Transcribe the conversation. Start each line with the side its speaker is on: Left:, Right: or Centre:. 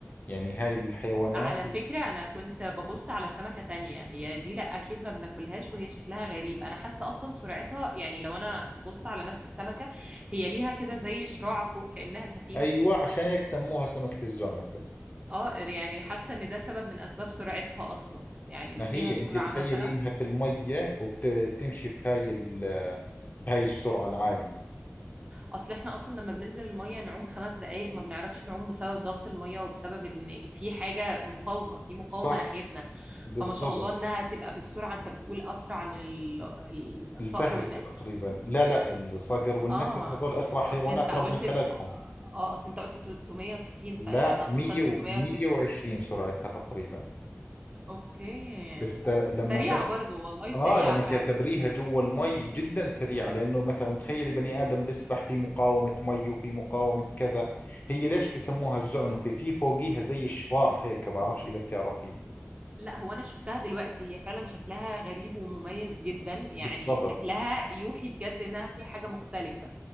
Left: يعني هاي الحيوانات
Right: على فكرة أنا كنت ببص على سمكة تانية هي دي لأ أكيد ما بناكلهاش وهي شكلها غريب أنا حاسة أصلا سرعتها يعني لو أنا بص على نفس السمكة هي ليها كده زي شراع فوق كأنها سفينة
Left: ايوه عشان هيك سموها سمكة الزعنفة
Right: اه يعني حاسة إن ده سبب من أسباب سرعتها أصلا يعني
Left: ما
Right: مديها
Left: هي
Right: السرعة
Left: انت تخيلي
Right: مثلا
Left: انها في المية وبتمشي في هاي ال... بهاي السرعة العالية
Right: أصل إحنا أصلا لما بننزل المية نعوم خمس دقايق ما بنعرفش نعوم بسبب ضغط المية وبسبب إن في حاجة مقاومة في مقاومة
Left: صح
Right: ناحيتنا
Left: بالضبط
Right: فما شاء الله إنها تبقى بالسرعة أنت بتقول أسرع من ال- الصقر
Left: الفهد
Right: والنسر
Left: تقريبا لا لا الصقر والنسر
Right: اه
Left: هذول اسرع حيوانات
Right: اصل انت قلت
Left: ربنا خلقهم
Right: اه اصل انت قلت 360
Left: لا
Right: فانها توصل
Left: 100
Right: 360
Left: و 120 سرعتها تقريبا
Right: اوكي
Left: بس ت... لما
Right: سريعة
Left: ت...
Right: برضو والله
Left: اه
Right: سريعة
Left: لما
Right: فعلا
Left: تعتبريها جوا المي جدا سريع لانه مثلا تخيلي بني ادم بيسبح في مقاومه مي وفي مقاومه كذا هي ليش بسموها الزعنفه في فوقيها زي الشراع هيك بعرفش اذا بتعرفيه
Right: لا هو انا شفتها دلوقتي هي فعلا شكلها غريب ومميز جدا يعني
Left: بالضبط
Right: شكلها يوحي بجد انها فيها حاجة مختلفة